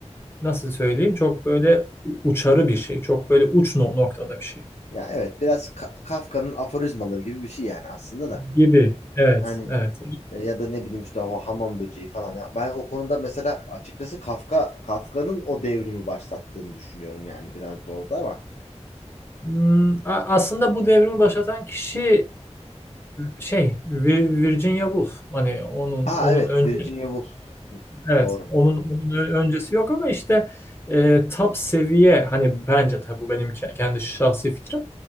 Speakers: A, on the left; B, on the left.
A: nasıl söyleyeyim çok böyle uçarı bir şey. Çok böyle uç no- noktada bir şey
B: Ya evet biraz Ka- Kafka'nın aforizmaları gibi bir şey yani aslında da.
A: gibi. Evet,
B: Hani
A: evet.
B: E, Ya da ne bileyim işte o hamam böceği falan. Ya ben o konuda mesela açıkçası Kafka Kafka'nın o devrimi başlattığını düşünüyorum yani biraz da orada ama.
A: Hmm, a- aslında bu devrimi başlatan kişi e, şey Vi- Virginia Woolf. Hani onun
B: Aa
A: onun
B: evet
A: önce
B: Virginia Woolf. Hı,
A: Evet,
B: doğru.
A: onun, onun ö- öncesi yok ama işte e, top seviye hani bence tabii bu benim ke- kendi şahsi fikrim.